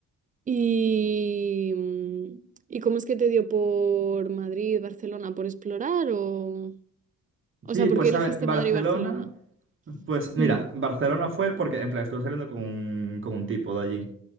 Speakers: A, on the right; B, on the right.
A: ¿Y, mm, ¿y cómo es que te dio por Madrid, Barcelona, por explorar o...? O
B: Sí,
A: sea, ¿por
B: pues
A: qué elegiste
B: a ver, Barcelona.
A: Madrid y Barcelona?
B: Pues mira,
A: Mm,
B: Barcelona fue porque, en plan, estuve saliendo con un, con un tipo de allí.